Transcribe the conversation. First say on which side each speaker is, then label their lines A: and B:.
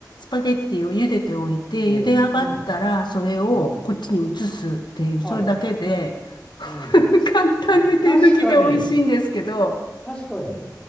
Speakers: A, on the left; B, on the left.
A: パゲッティを茹でておいて、
B: で、
A: 茹で上がったら、
B: うん。
A: それをこっちに移すっていう、
B: うん。はい。
A: それだけで、<laughs>
B: うん。
A: 簡単で手抜きで美味しいんですけど、
B: あ、確かに。確かに。